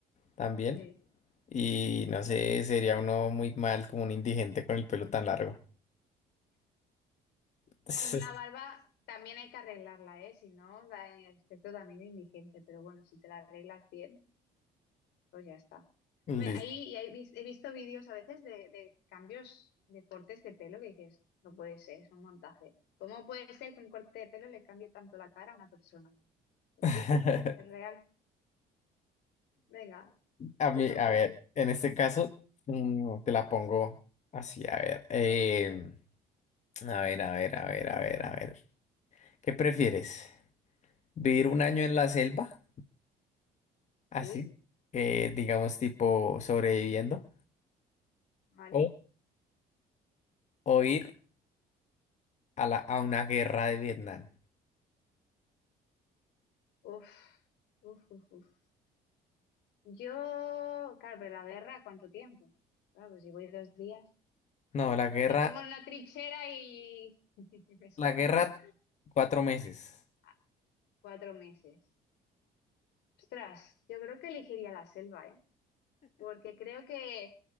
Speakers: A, on the left; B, on the left.
A: también,
B: sí.
A: y no sé, sería uno muy mal como un indigente con el pelo tan largo. <laughs>
B: Hombre, Una barba también hay que arreglarla, ¿eh? Si no, da en el aspecto también de indigente, pero bueno, si te la arreglas bien, pues ya está.
A: Listo.
B: Ve, ahí y ahí vis- he visto vídeos a veces de, de cambios de cortes de pelo que dices, no puede ser, es un montaje. ¿Cómo puede ser que un corte de pelo le cambie tanto la cara a una persona? Pues
A: <laughs>
B: sí, sí, es real. Venga,
A: A mí,
B: te toca.
A: a ver, en este caso, mm, te la pongo así, a ver, em, a ver, a ver, a ver, a ver, a ver, ¿qué prefieres? Vivir un año en la selva, así,
B: ¿Sí?
A: eh, digamos tipo sobreviviendo,
B: ¿Vale?
A: o, o ir a, la, a una guerra de Vietnam.
B: Uf, uf, uf, uf. Yo, claro, pero la guerra, ¿cuánto tiempo? Claro, pues si voy dos días.
A: No, la guerra,
B: Me pongo en una trinchera y <laughs> y me escondo
A: la guerra, cuatro meses.
B: Ah, cuatro meses. Ostras, yo creo que elegiría la selva, ¿eh? Porque creo que,